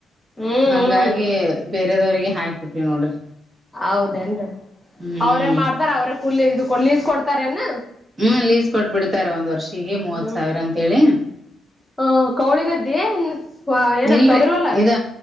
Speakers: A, in the centre; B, on the right (about 30°).
A: ಹ್ಮ್
B: ಹಂಗಾಗಗೆ
A: ಹ್ಮ್
B: ಬೇ. ಬರೆವ್ರರಿಗೆ ಹಾಕ್ಬ ಬಿಟ್ಟವಿ ನೋಡ್ರಿ.
A: ಹೌದೇನ್ರಿ
B: ಹ್ಮ್
A: ಅವರೇ ಮಾಡ್ತಾರ ಅವ್ರ. ಕೊಲ್ಲಿ ಇದು ಕೊಲ್ಲಿಸ ಕೊಡ್ತಾರೇನ.
B: ಹ್ಮು ಲೀಸ್ ಕೊಟ್ಬಿಡ್ತಾರೆ ಒಂದ ವರ್ಷ. ಪಿಗೆ ಮೂವತ್ತ್
A: ಹ್ಮ್
B: ಸಾವಿರ ಅಂತೇಳಿ
A: ಹ ಕೌಳಿಗದ್ದೆ ಏನಸ್. ವಾ ಏನ
B: ಇಲ್ರಿ
A: ಅದ್ ತೊಗರಿವಲ್ಲಾರೀ.
B: ಇದ